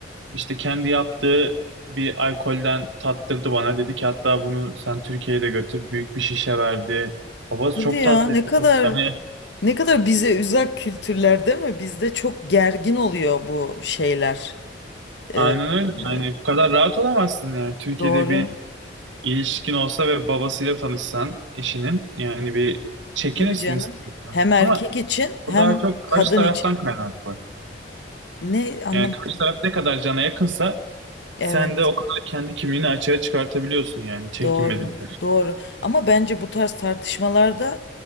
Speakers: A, on the right; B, on the left.
A: İşte kendi yaptığı bir alkolden tattırdı bana. Dedi ki hatta bunu sen Türkiye'ye de götür. Büyük bir şişe verdi. Babası
B: Hadi
A: çok
B: ya
A: tatlıydı.
B: ne kadar
A: Yani
B: ne kadar bize uzak kültürler değil mi? Bizde çok gergin oluyor bu şeyler. Eee,
A: aynen öyle.
B: eee,
A: Yani bu kadar rahat olamazsın yani. Türkiye'de
B: doğru.
A: bir ilişkin olsa ve babasıyla tanışsan eşinin yani bir çekinirsin
B: Tabii canım.
A: istersen.
B: Hem erkek
A: Ama
B: için
A: o
B: hem
A: daha çok karşı
B: kadın
A: taraftan
B: için.
A: kaynaklı.
B: Ne anlamadım.
A: Yani karşı taraf ne kadar cana yakınsa
B: Evet.
A: sen de o kadar kendi kimliğini açığa çıkartabiliyorsun yani çekinmedin.
B: Doğru, doğru. Ama bence bu tarz tartışmalarda